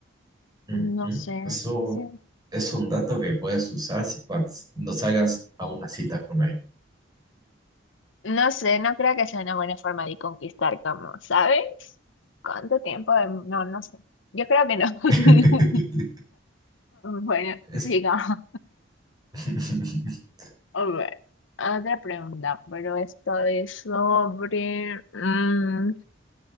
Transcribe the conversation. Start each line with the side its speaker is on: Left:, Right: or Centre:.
Right: Ujú.
Left: no sé.
Right: Eso
Left: Sí.
Right: es un dato que puedes usar si, cuando no salgas a una cita con alguien.
Left: No sé, no creo que sea una buena forma de conquistar, como, ¿sabes? ¿Cuánto tiempo? de- No, no sé. Yo creo que no. <laughs>
Right: <laughs>
Left: Bueno,
Right: Es-
Left: sigamos.
Right: <laughs>
Left: A ver, otra pregunta, pero esto es sobre mm,